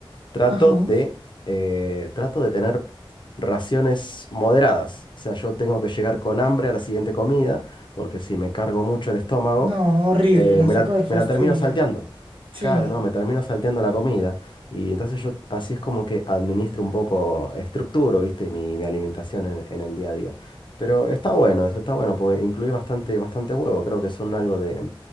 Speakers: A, on the left; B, on the right.
A: Trato
B: Ajá.
A: de, eh, trato de tener raciones moderadas. O sea, yo tengo que llegar con hambre a la siguiente comida, porque si me cargo mucho el estómago,
B: No, horrible,
A: eh,
B: la
A: me
B: saco
A: la,
B: de fastidio.
A: me la termino salteando.
B: Sí,
A: Claro, no, me termino salteando la comida. Y entonces yo así es como que administro un poco, estructuro, viste, mi, mi alimentación en, en el día a día. Pero está bueno, eso está bueno, porque incluí bastante, bastante huevo. Creo que son algo de,